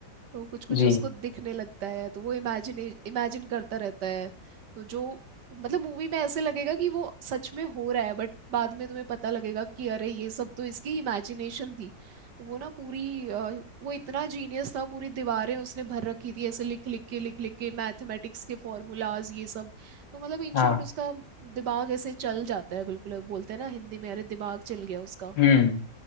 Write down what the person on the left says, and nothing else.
जी
हाँ
हम्म